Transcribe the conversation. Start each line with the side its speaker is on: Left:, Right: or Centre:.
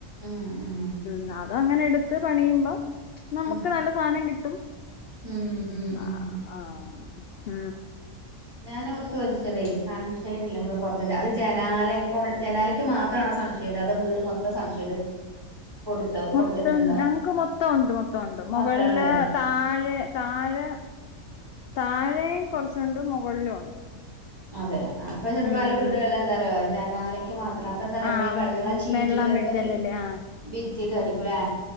Right: ഉം ഉം
Left: ഉ അത അങ്ങനെ എടുത്ത് പണിയുമ്പോ നമുക്ക്
Right: ഉം
Left: നല്ല സാധനം കിട്ടും
Right: ഉം ഉം
Left: ആഹ്
Right: ഉം
Left: ഉ
Right: ഞാൻ ഓ ചോദിച്ചതേ സൺഷൈഡ് ഇല്ല നമ്മള് പുറത്ത അത് ജനാലക്കെ ജനാല ക്ക് മാത്രമാണ് സൺഷ്ഡ് അത വീട് മൊത്തം സൺഷെയ്ഡ് കൊടുത്ത്
Left: മൊത്തം
Right: കൊടുത്തിട്ടുണ്ടോ
Left: ഞങ്ങൾക്ക് മൊത്തംണ്ട് മൊത്തംണ്ട്
Right: മൊത്തം
Left: മുകളില്
Right: ഉണ്ടല്ലേ
Left: താഴെ താഴെ താഴയും കുറച്ചുണ്ട് മുകളിലും ഉണ്ട്
Right: അതെ അപ്പൊ
Left: ഉം
Right: പല വീടുകളില എന്താ പറയോ ജനാല ക്ക്മാത്രം അപ്പൊ എന്താ പറയാ
Left: ആ
Right: നമ്മൾ ഈ വെള്ളം ചീറ്റിൽ
Left: വെള്ളം
Right: വരുമ്പോ
Left: വീഴഞ്ഞില്ലേ ആ
Right: ഭിത്തിയക്കെ അടിക്കൂലേ